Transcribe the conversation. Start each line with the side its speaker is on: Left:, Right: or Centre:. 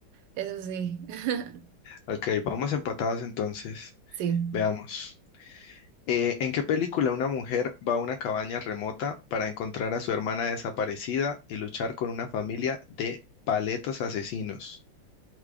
Right: eso sí. <laughs>
Left: Ok, vamos empatados entonces.
Right: Sí.
Left: Veamos. Eh, ¿en qué película una mujer va a una cabaña remota para encontrar a su hermana desaparecida y luchar con una familia de paletos asesinos?